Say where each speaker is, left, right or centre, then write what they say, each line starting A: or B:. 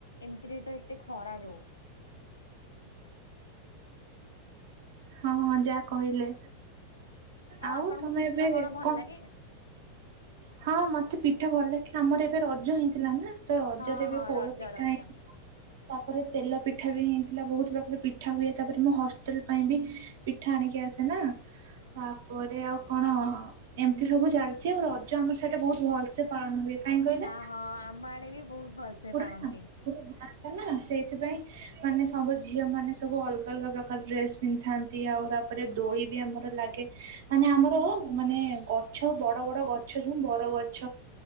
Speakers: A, on the left (about 75°); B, on the right (about 55°).
A: ଏମିତିରେ ତ ଏତେ ଖରା ଯ ହଉ।
B: ହଁ ହଁ ଯା କହିଲେ। ଆଉ
A: ଆପଣଙ୍କୁ
B: ତମେ
A: ପିଠା
B: ଏବେ
A: ଭଲ
B: କଣ
A: ଲାଗେ?
B: ହଁ ମତେ ପିଠା ଭଲ ଲାଗେ। ଆମର ଏବେ ରଜ ହେଇଥିଲା ନା ତ ରଜରେ
A: ହଁ
B: ଏବେ
A: ହଁ
B: ପୋଡ
A: ରଜ
B: ପିଠା
A: ରଜ
B: ହେଇ ତାପରେ ତେଲ ପିଠା ବି ହେଇଥିଲା ବହୁତ ପ୍ରକାର ପିଠା ହୁଏ। ତାପରେ ମୁଁ ହଷ୍ଟେଲ ପାଇଁ ବି ପିଠା ଆଣିକି ଆସେ ନା ତାପରେ ଆଉ କଣ ଏମିତି ସବୁ ଚାଲିଛି ଆଉ ରଜ ଆମର ସେଇଟା ବହୁତ ଭଲସେ ପାଳନ ହୁଏ। କାହିଁ
A: ଆଚ୍ଛା
B: କହିଲେ,
A: ହଁ ଆମ ଆଡେ ବି ବହୁତ ଭଲସେ
B: ପୁରା
A: ପାଳନ୍ତି।
B: ପୁରା ଗାଁ ଟ ନା ସେଇଥିପାଇଁ। ମାନେ ସବୁ ଝିଅ ମାନେ ସବୁ ଅଲ୍ଗା, ଅଲ୍ଗା ପ୍ରକାର ଡ୍ରେସ୍ ପିନ୍ଧଥାନ୍ତି। ଆଉ ତାପରେ ଦୋଳି ବି ଆମର ଲାଗେ ମାନେ ଆମର ମାନେ ଗଛ ବଡ ବଡ ଗଛ ଯୋଉ, ବର ଗଛ